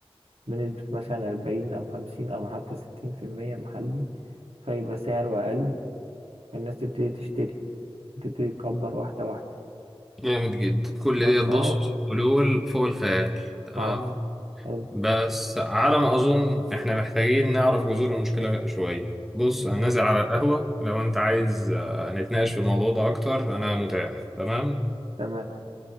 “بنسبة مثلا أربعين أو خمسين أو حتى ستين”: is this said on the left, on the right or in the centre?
Right